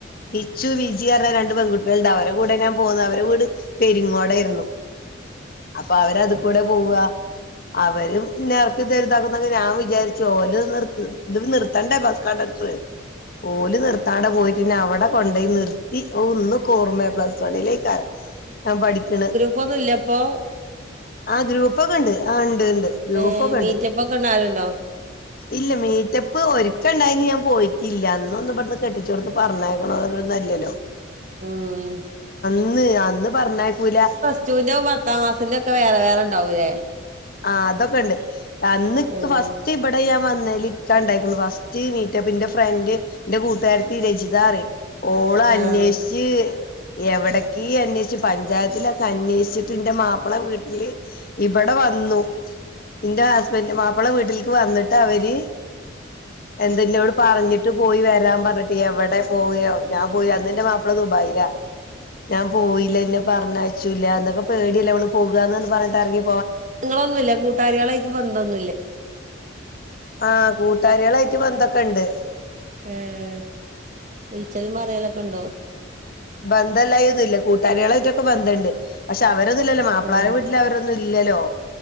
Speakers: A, on the left (about 50°); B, on the right (about 40°).
A: കിച്ചു വിജി അറഞ്ഞ രണ്ട് പെങ്കുട്ടികള്ണ്ട് അവര കൂടെ ഞാ പോന്ന് അവര വീട് പെരിങ്ങോടായിര്ന്ന് അപ്പൊ അവരത്ക്കൂടേ പോവ്വാ അവരും ന്നെ എറക്കിത്തരുതാക്കുന്നൊക്കെ ഞാൻ വിചാരിച്ചു ഓല് നിർത്ത് ഇതില് നിർത്തണ്ടേ ബസ്സ് കണ്ടക് ട്ർ ഓല് നിർത്താണ്ടാ പോയിട്ടിന്നവട കൊണ്ടയ് നിർത്തി ഓഹ് ഇന്നുക്കോർമേ പ്ലസ് വണ്ണിലേക്കാരം ഞാൻ പഠിക്ക്ണ്
B: ഇപ്പൊന്നുല്ലപ്പോ
A: ആഹ് ഗ്രൂപ്പൊക്കണ്ട് ആഹ് ഇണ്ട് ഇണ്ട് ഗ്രൂപ്പൊക്കണ്ട്
B: ഏഹ് മീറ്റപ്പ് ഒക്കെ ഇടുന്ന ആളുണ്ടോ
A: ഇല്ല മീറ്റപ്പ് ഒരിക്കണ്ടായി അയിന് ഞാൻ പോയിറ്റില്ല അന്നൊന്നും ഇവിടന്ന് കെട്ടിച്ചോടത്ത് പറഞ്ഞയക്കണോരൊന്നുവല്ലല്ലോ
B: ഉം
A: ഇന്ന് അന്ന് പറഞ്ഞയക്കൂല
B: റ്റൂൻ്റ ഉം പത്താം ക്ലാസ്സിൻ്റൊക്കെ വേറെ വേറെണ്ടാവൂല്ലേ
A: ആഹ് അതൊക്കെ ഇണ്ട് അന്ന് ഇക്ക്
B: ഉം
A: ഫസ്റ്റ് ഇവിടെയാൻ വന്ന് ഇക്ക ഉണ്ടായിള്ളു ഫസ്റ്റ് മീറ്റപ്പ് എന്റെ ഫ്രണ്ട് എന്റെ കൂട്ടുകാരത്തി രചിതറ ഓള
B: ആഹ്
A: അന്വേഷിച്ച് എവിടക്ക് അന്വേഷു പഞ്ചായത്തിലൊക്കെ അന്വേഷിച്ചിട്ട് എന്റെ മാപ്പിള വീട്ടില് ഇവിടെ വന്നു എന്റെ ഹസ്ബൻറ് മാപ്പിളെ വീട്ടിലേക്ക് വന്നിട്ട് അവര് എന്തന്ന അവിടെ പറഞ്ഞിട്ട് പോയി വരാൻ പറഞ്ഞിട്ട് എവിടെ പോവയോ ഞാൻ പോയോ അന്ന് എന്റെ മാപ്പിള ദുബായില്ല ഞാൻ പോയില്ല എന്നന്നെ പറഞ്ഞച്ചൂല്ല എന്നൊക്കെ പേടിയല്ലേ അവള് പോകുകന്ന് പറന്ന് പറഞ്ഞിട്ടങ്ക
B: നിങ്ങളൊന്നുമില്ല കൂട്ടാകളായിട്ട് ബന്ധംൊന്നുമില്ല
A: ആഹ കൂട്ടാരികളായിട്ട് വന്തൊക്കെുണ്ട്
B: ഏർ ഉളിച്ചല്ും മറലൊക്കെ ഉണ്ടോ
A: ബന്ധല്ലായ ഒന്ന ഇല്ല കൂട്ടാരികളായിട്ടൊക്കെ ബന്ധുണ്ട് പക്ഷെ അവരന്നുമല്ലോ മാപ്പിളാർ
B: ആഹ്
A: വീട്ടില് അവരൊന്നുംല്ല ഇല്ലല്ലോ